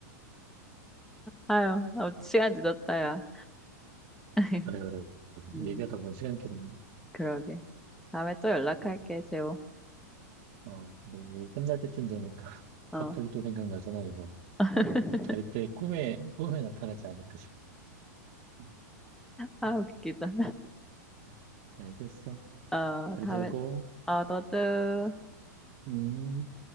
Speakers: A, in the centre; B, on the right.
A: 아유, 아, 시간 늦었다, 야. <laughs>
B: 그래, 그래. 그래.
A: 음,
B: 얘기하다 보니 시간이 이렇게 됐네.
A: 그러게. 다음에 또 연락할게,
B: 응.
A: 재호.
B: 어, 근데 이 끝날 때쯤 되니까 <laughs>
A: 어,
B: 갑자기 또 생각나잖아, 이거.
A: <laughs>
B: 잘 때 꿈에, 꿈에 나타나지 않을까 싶어. 응,
A: 아,
B: 응,
A: 웃기다.
B: 응. 알겠어.
A: 어,
B: 잘
A: 다음에,
B: 자고,
A: 어, 너도.
B: 음.